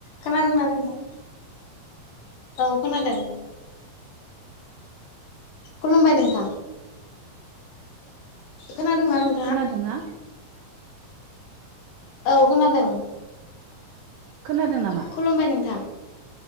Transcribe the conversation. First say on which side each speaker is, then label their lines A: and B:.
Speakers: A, on the left; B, on the right.
A: खोनादोंना नोंथां? औ खोनादों। खुलुमबाय नोंथां। खोनादों ना नों
B: खोनादोंना?
A: औ खोनादों।
B: खोनादों नामा
A: खुलुमबाय नोंथां।